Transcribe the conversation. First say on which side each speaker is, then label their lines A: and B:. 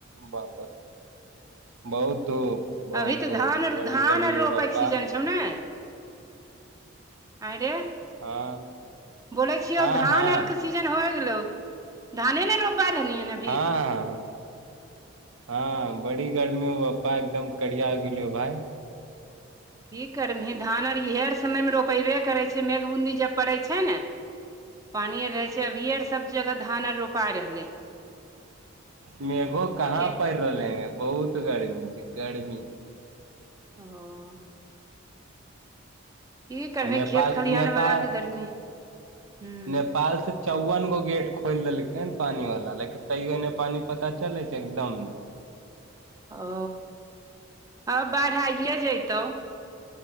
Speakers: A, on the right (about 85°); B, on the right (about 15°).
A: वापस बहुत धूप बहुत
B: अभी त
A: धूप
B: धान
A: बड़ी
B: धान
A: गर्मी हो
B: रोपै
A: पप्पा
B: के सीजन छै नय <inaudible> आँय रे
A: हँ
B: <inaudible> बोलै छियो
A: हँ
B: धान
A: हँ
B: अर शिजन होय गेलौ धाने न रोपवा
A: हँ <inaudible> हँ बड़ी गर्मी मे पप्पा एकदम करिया गेलियो भाय
B: की करबही धान आर इएहेर समयमे रोपेबे करै छ मेघ बूंदी जब पड़ै छै ने पानि आर रहै छै अभी सभ जगह धान आर रोपाइ रहलै
A: मेघो कहाँ
B: के
A: पड़ि रहले हे बहुत गर्मी छै गर्मी
B: ओ की करबीही
A: नेपाल
B: खेत खलिहान
A: नेपाल
B: बला के गर्मी हूं
A: <unintelligible> नेपाल से चौवन गो गेट खोलि देलकै हन पानी वाला लेकिन तैयो ने पानी पता चले छै एकदम ने
B: ओ आब बाद आइए जेतौ